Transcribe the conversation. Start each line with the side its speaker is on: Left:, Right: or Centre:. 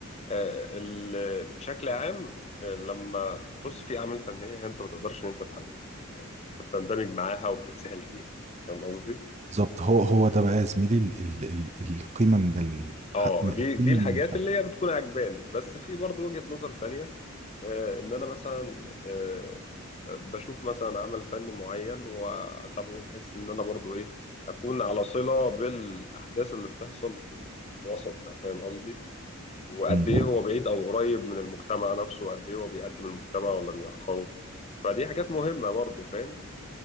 Left: أه ال- بشكل عام آه، لما بص في اعمال فنية انت ما تقدرش ان انت تحللها انت بتندمج معاها وبتتسهل فيها فاهم قصدي
Right: بالظبط هو هو ده بقى يا زميلي ال ال ال القيمة من ال
Left: اه
Right: ح- من-
Left: دي
Right: القيمة
Left: دي الحاجات
Right: من الفن
Left: اللي هي بتكون عجباني بس في برضو وجهة نظر تانية آه، ان انا مثلا آه، بشوف مثلا عمل فني معين واتابعه بحس ان انا برضو ايه اكون على صلة بالاحداث اللي بتحصل في الوسط ده فاهم قصدي وقد
Right: مم.
Left: ايه هو بعيد او قريب من المجتمع نفسه وقد ايه هو بيقدم المجتمع ولا بيأخره فدي حاجات مهمة برضو فاهم